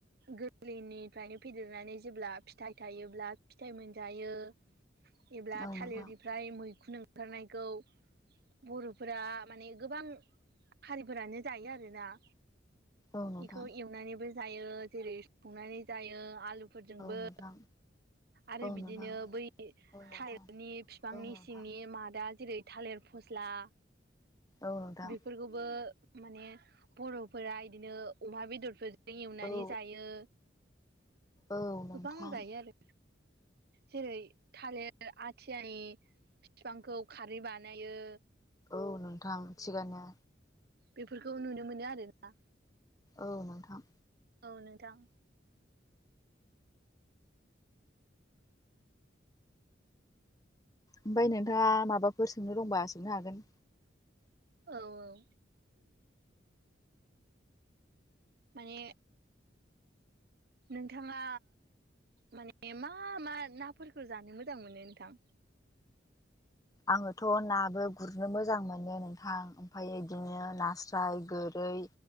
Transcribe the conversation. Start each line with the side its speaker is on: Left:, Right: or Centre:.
Right: गोरलैनिफ्रायनो फेदेरनानै जेब्ला फिथाइ थायोब्ला फिथाइ मोनजायो एब्ला
Left: औ
Right: थालिरनिफ्राय
Left: नोंथां
Right: मैखुन ओंखारनायखौ बर'फोरा माने गोबां हारिफोरानो जायो आरोना
Left: औ नोंथां
Right: बेखौ एवनानैबो जायो जेरै संनानै जायो आलुफोरजोंबो
Left: औ नोंथां
Right: आरो
Left: औ
Right: बिदिनो
Left: नोंथां
Right: बै
Left: औ नोंथां
Right: थाइरनि
Left: औ
Right: बिफांनि
Left: नोंथां
Right: सिंनि मादा जेरै थालिर फस्ला
Left: औ नोंथां
Right: बेफोरखौबो माने बर'फोरा इदिनो अमा बेदरफोर जों एवनानै
Left: औ
Right: जायो
Left: औ नोंथां
Right: गोबां जायो आरो जेरै थालिर आथियानि बिफांखौ खारै बानायो
Left: औ नोंथां थिगानोया
Right: बेफोरखौ नुनो मोनो आरोना
Left: औ नोंथां
Right: औ नोंथां
Left: ओमफाय नोंथाङा माबाफोर सोंनो दंबा सोंनो हागोन
Right: औ औ माने नोंथाङा माने मा मा नाफोरखौ जानो मोजां मोनो नोंथां
Left: आङोथ' नाबो गुरनो मोजां मोनो नोंथां ओमफाय बिदिनो नास्राय गोरै